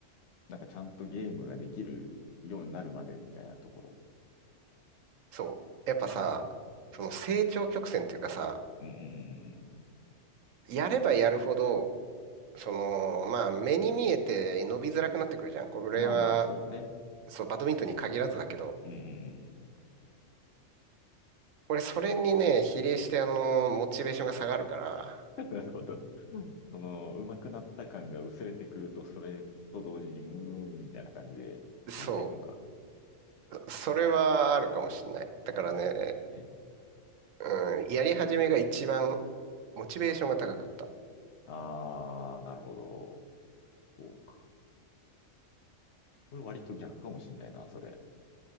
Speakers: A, on the left; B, on the right.
A: なんかちゃんとゲームができるようになるまでみたいなところ。
B: そう。やっぱさ、
A: ああ、
B: その成長曲線っていうかさ、
A: うん、うん、
B: やればやるほど、その、まあ、目に見えて伸びづらくなってくるじゃん。これは、
A: うん。まあまあ、そうね。
B: そう、バドミントンに限らずだけど、
A: うん、うん、うん。
B: 俺、それにね、比例して、あの、モチベーションが下がるから、
A: <laughs> なるほど。その、上手くなった感が薄れてくると、それと同時に、うーん、みたいな感じで落ちていくのか。
B: そう、それはあるかもしんない。
A: ああ、
B: だからね、
A: なるほどね。
B: うん、やり始めが一番、モチベーションが高かった。
A: ああ、なるほど。そうか。これ割と逆かもしんないな、それ。